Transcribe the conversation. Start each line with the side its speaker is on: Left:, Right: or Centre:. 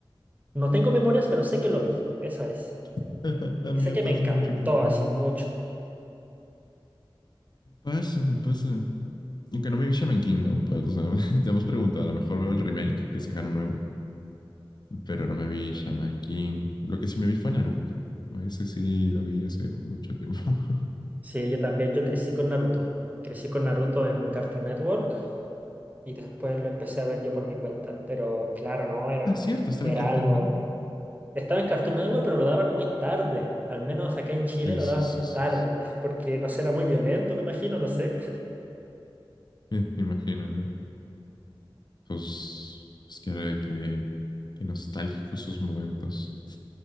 Right: no tengo memorias, pero sé que lo vi, eso es.
Left: <laughs> A
Right: Y
Left: mí
Right: sé
Left: me
Right: que
Left: pasa
Right: me encantó
Left: mucho con algo,
Right: así
Left: ¿no?
Right: mucho.
Left: Me pasa, me pasa. Aunque no me vi Shaman King, ¿no? Pues, o sea, <laughs> ya hemos preguntado, a lo mejor veo el remake que sacaron nuevo, pero no me vi Shaman King. Lo que sí me vi fue Naruto. Ese sí lo vi hace mucho tiempo. <laughs>
Right: Sí, yo también, yo crecí con Naruto. Crecí con Naruto en Cartoon Network y después lo empecé a ver yo por mi cuenta. Pero claro, no, era,
Left: ah, es cierto, estaba
Right: era
Left: en Cartoon,
Right: algo...
Left: ¿no?
Right: Estaba en Cartoon Network, pero lo daban muy tarde. Al menos acá en Chile
Left: Sí,
Right: lo
Left: sí,
Right: daban
Left: sí, sí.
Right: tarde,
Left: sí.
Right: <laughs> porque no sé, era muy violento, me imagino, no sé.
Left: Eh, Me <laughs> imagino, ¿no? Pues, pues que, que, que nostálgico esos momentos.